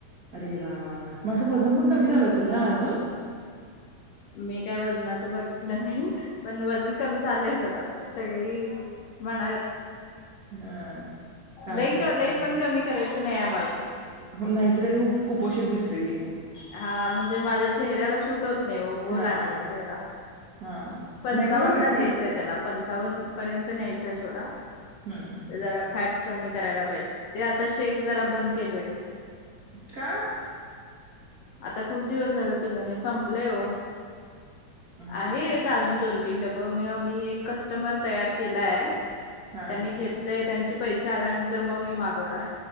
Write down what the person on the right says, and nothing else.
अरे वा वा वा म आता
वजन
पण कमी
झालं
असल ना अजून
हां चांगली
गोष्ट
आहे
चांगली
हो नाहीतरी कुपोषित दिसते ते मग
हा
हा
हा
नाही बरोबर आहे
खरंच
हम्म हम्
का?
हम्म
हा
हा
हा